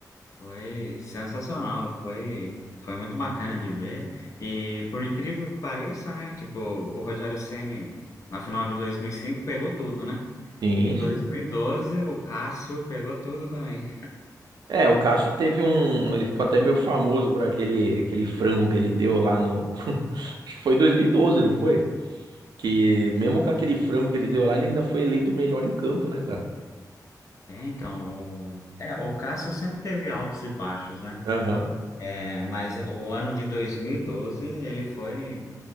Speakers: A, on the left; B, on the right.
A: Foi sensacional, foi, foi muito bacana de ver. E por incrível que pareça, né? Tipo, o Rogério Ceni na final de 2005 pegou tudo, né?
B: Sim,
A: Em 2012,
B: sim.
A: o Cássio pegou tudo também.
B: É, o Cássio teve um. Ele ficou até meio famoso por aquele, aquele frango que ele deu lá no. <laughs> Acho que foi em 2012, não foi? Que mesmo com aquele frango que ele deu lá, ele ainda foi eleito o melhor em campo, né, cara?
A: É, então, o, é, o Cássio sempre teve altos e baixos, né?
B: Aham.
A: É, mas o ano de 2012, ele foi,